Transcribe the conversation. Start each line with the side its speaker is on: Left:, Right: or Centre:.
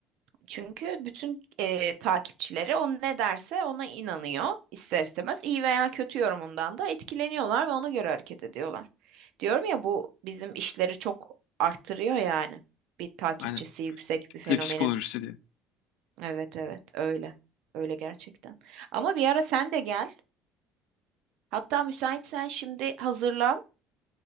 Right: Çünkü bütün e, takipçileri o ne derse ona inanıyor ister istemez. iyi veya kötü yorumundan da etkileniyorlar ve ona göre hareket ediyorlar. Diyorum ya bu bizim işleri çok arttırıyor yani. Bir takipçisi
Left: Aynen
Right: yüksek
Left: kitle
Right: bir fenomenin.
Left: psikolojisi diye.
Right: Evet, evet öyle. Öyle gerçekten. Ama bir ara sen de gel. Hatta müsaitsen şimdi hazırlan.